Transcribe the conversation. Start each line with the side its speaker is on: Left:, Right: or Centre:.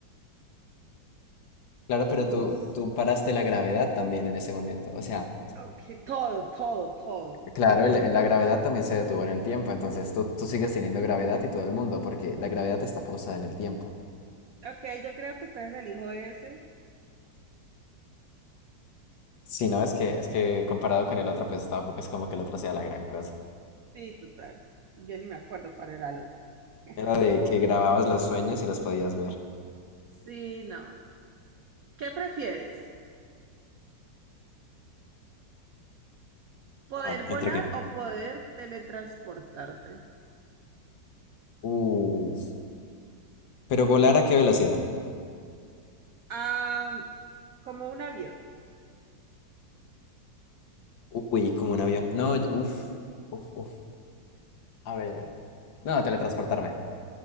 Left: claro, pero
Right: Nos,
Left: tú, tú paraste la gravedad también en ese momento. O sea,
Right: aunque todo, todo, todo.
Left: claro, el- la gravedad también se detuvo en el tiempo, entonces tú, tú sigues teniendo gravedad y todo el mundo, porque la gravedad está pausada en el tiempo.
Right: Ok, yo creo que entonces elijo ese.
Left: Si
Right: Sí,
Left: no, es que, es que comparado con el otro, pues tampoco es como que el otro sea la gran cosa.
Right: sí, total. Yo ni me acuerdo cuál era el otro. <laughs>
Left: Era de que grababas los sueños y los podías ver.
Right: Sí, no. ¿Qué prefieres? ¿Poder
Left: Ajá, ¿entre
Right: volar
Left: qué?
Right: o poder teletransportarte?
Left: Uh, pero volar a qué velocidad?
Right: Ah, como un avión.
Left: Uy, como un avión. No, yo- uf, uf, uf. A ver. No, teletransportarme.